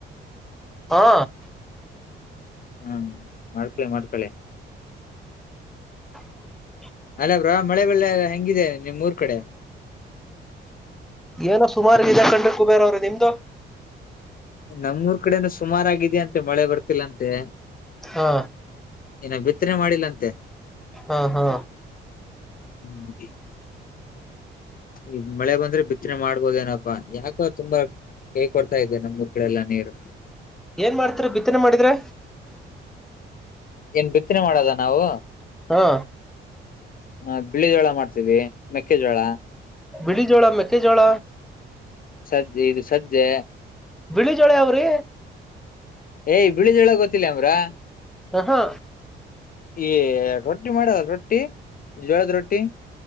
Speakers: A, in the centre; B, on the left.
A: ಹಾ
B: ಹಾ ಮಾಡ್ಕಳಿ ಮಾಡ್ಕೊಳಿ
A: ಹ <unintelligible>
B: ಅಲ್ಲ ಬ್ರಾ ಮಳೆ ಬಳ್ಳೆ ಹೆಂಗಿದೆ ನಿಮ್ಊರ್ ಕಡೆ
A: ಏನೋ ಸುಮಾರ ಕಂಡ್ರೆ ಕುಬೇರ್ ಅವ್ರೆ ನಿಮ್ದು
B: ನಮ್ೂಊರ್ ಕಡೆನು ಸುಮಾರ ಆಗಿದ ಅಂತೆ ಮಳೆ ಬರ್ತಿಲ್ಲ ಅಂತೆ
A: ಹಾ
B: ಏನ ಬಿತ್ತನೆ ಮಾಡಿಲ್ಲ ಅಂತೆ
A: ಹಾ ಹಾ
B: ಹ್ಮ ಈ ಮಳೆ ಬಂದ್ರೆ ಬಿತ್ತನೆ ಮಾಡ್ಬೋದ ಏನಪ್ಪಾ ಯಾಕೋ ತುಂಬಾ ಹೇ ಕೊಡ್ತಾ ಇದ್ದೆ ನಮ್ಗ <unintelligible> ಊಗ್ಗಳಡೆೆಲ್ಲ ನೀರು
A: ಏನ್ ಮಾಡ್ತರಿ ಬಿತ್ತನೆ ಮಾಡಿದ್ರೆ
B: ಏನ್ ಬಿತ್ತನೆ ಮಾಡದ ನಾವು
A: ಹಾ
B: ಹ ಬಿಳಿ ಜೋಳ ಮಾಡ್ತೀವಿ ಮೆಕ್ಕೆಜೋಳ
A: ಬಿಳಿ ಜೋಳ ಮೆಕ್ಕೆೆ ಜೋಳ
B: ಸಜ್ಜೆ ಇದು ಸಜ್ಜೆ
A: ಬಿಳಿಜೋಳೆ ಅವ್ರೀ
B: ಏ ಬಿಳಿ ಜೋಳ ಗೊತ್ತಿಲ್ಲ ಅಮ್ರಾ
A: ಹಹ
B: ಈ ರೊಟ್ಟಿ ಮಾಡ ರೊಟ್ಟಿ ಜೋಳದ ರೊಟ್ಟಿ